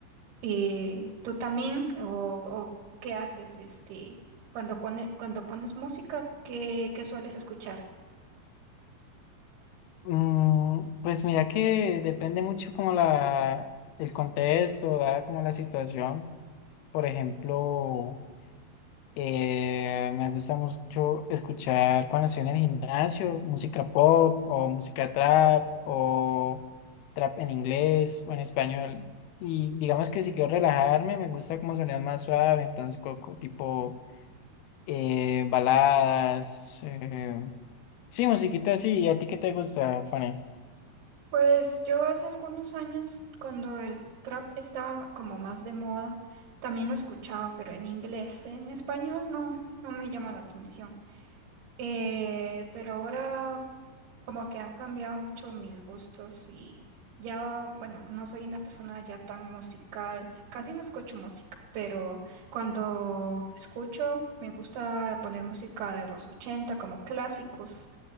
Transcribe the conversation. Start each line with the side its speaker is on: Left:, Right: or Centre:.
Right: Eh, ¿tú también? ¿O, o qué haces este cuando pones cuando pones música? ¿Qué, qué sueles escuchar?
Left: Mm, pues mira que depende mucho como la, el contexto, ¿verdad? Como la situación. Por ejemplo. Eh, me gusta mucho escuchar cuando estoy en el gimnasio, música pop o música trap o trap en inglés o en español. Y digamos que si quiero relajarme, me gusta como sonido más suave, entonces co- co- tipo eh, baladas. eh, Sí, musiquita así ¿Y a ti qué te gusta, Fanny?
Right: Pues yo hace algunos años, cuando el trap estaba como más de moda, también lo escuchaba, pero en inglés. En español no, no me llama la atención. Eh, pero ahora como que han cambiado mucho mis gustos y ya, bueno, no soy una persona ya tan musical, casi no escucho música, pero cuando escucho me gusta poner música de los 80 como clásicos,